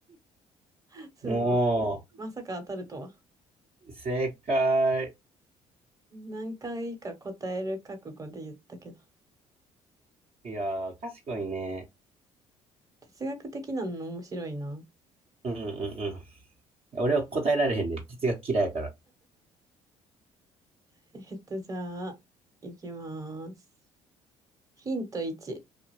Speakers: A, on the right; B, on the right.
A: <laughs> すごい。
B: <laughs> も
A: まさか当たるとは。
B: う、正解。
A: 何回か答える覚悟で言ったけど。
B: いやー、賢いね。
A: 哲学的なの面白いな。
B: うんうんうん。俺は答えられへんで、ね哲学嫌いやから。
A: <laughs> えっと、じゃあ、いきまーす。ヒント1、